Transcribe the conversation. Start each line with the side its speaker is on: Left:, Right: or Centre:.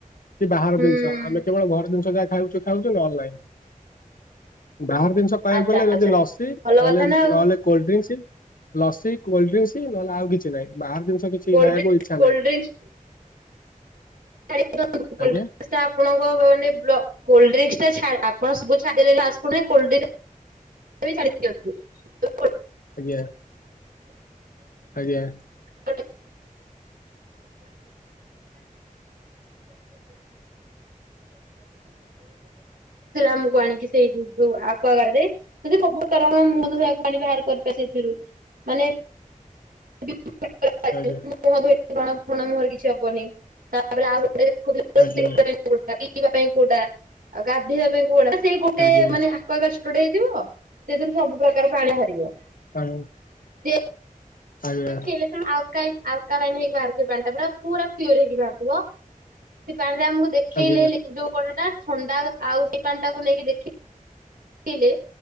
Left: କି ବାହାର
Right: ହୁଁ।
Left: ଜିନିଷ ଆମେ କେବଳ ଘର ଜିନିଷ ଯାହା ଖାଉଛୁ ଖାଉଛୁ ନହେଲେ ନାହିଁ। ବାହାର ଜିନିଷ କହିବାକୁ
Right: ଆଚ୍ଛା
Left: ଗଲେ ଯଦି
Right: ଆଚ୍ଛା
Left: ଲସି ନହେଲେ
Right: ଭଲ କଥା ନା
Left: ନହେଲେ
Right: ଆଉ
Left: କୋଲଡ୍ ଡ୍ରିଙ୍କସି। ଲସି କୋଲଡ୍ ଡ୍ରିଙ୍କସ୍‌ ନହେଲେ ଆଉ କିଛି ନାହିଁ ବାହାର ଜି ଷ କିଛି
Right: କୋଲଡ୍ରିଙ୍କସ୍
Left: ଖାଇଆକୁ ଇଚ୍ଛା
Right: କୋଲଡ୍ରିଙ୍କସ୍
Left: ନାହିଁ।
Right: <unintelligible>
Left: ଆଜ୍ଞା
Right: ଆପଣଙ୍କ ମାନେ ବ୍ଲ କୋଲଡ୍ ଡ୍ରିଙ୍କସ୍‌ ଟା ଛା ଆପଣ ସବୁ ଛାଦେଲେ ଫାଷ୍ଟ ଫୁଡ୍ ରେ କୋଲଡ୍ ଡ୍ରିଙ୍କସ୍‌ <unintelligible>
Left: ଆଜ୍ଞା ଆଜ୍ଞା।
Right: <unintelligible> <unintelligible> <unintelligible> ଆମକୁ ଆଣିକି ସେଇଠି ଯୋଉ ଆକ୍ୱଆଗାଡ୍ ରେ ସବୁ କାରଣ ମୁଁ ଧୋଇଆକୁ ପାଣି ବାହାର କରି ସେଇଥିରୁ ମାନେ <unintelligible>
Left: ଆଜ୍ଞା
Right: ମୁହଁ ଧୋଇ ବ୍ରଣ ଫଣ ମୁହଁରେ କିଛି ହବନି ତାପରେ ଆଉ <unintelligible> କୋଉଟା
Left: ଆଜ୍ଞା
Right: ପିଇବା ପାଇଁ କୋଉଟା ଆଉ ଗାଧୋଇବା ପାଇଁ କୁଅଟା ସେଇ ଗୋଟେ
Left: ଆଜ୍ଞା
Right: ମାନେ ଆକ୍ୱଆଗାଡଷ୍ଟ୍ରୋ ଟେ ହେଇଥିବ ସେଥିରୁ ସବୁ ପ୍ରକାର ପାଣି ବାହାରିବ ସେ
Left: ଆଜ୍ଞା ଆଜ୍ଞା
Right: ଖେଲେଛ ଆଉ କାଇ ଆଲକା ଲାଇନ୍ ହେଇକି ବାହାରୁଥିବ ପାଣି ଟା ପୁରା ପୁରା ପିଓର ହେଇକି ବାହାରୁଥିବ ସେ ପାଣି ସେ ଆମକୁ ଦେଖେଇଲେ
Left: ଆଜ୍ଞା ଆଜ୍ଞା
Right: ଯୋଉ କଡଟା ଥଣ୍ଡା ଆଉ ସେ ପାଣି ଟାକୁ ନେଇକି ଦେଖି ଲେ